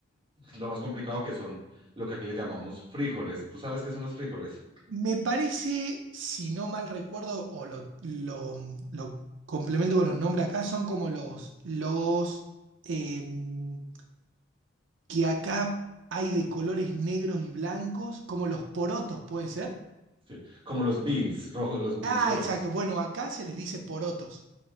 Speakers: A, on the right; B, on the right.
A: lo más complicado que son lo que aquí le llamamos frijoles. ¿Tú sabes qué son los frijoles?
B: Me parece, si no mal recuerdo, o lo, lo- lo complemento con los nombres acá, son como los, los em, que acá hay de colores negros y blancos, como los porotos, ¿puede ser?
A: Sí. Como los beans rojos, los beans
B: Ah,
A: rojos,
B: exacto. Bueno, acá se les dice porotos.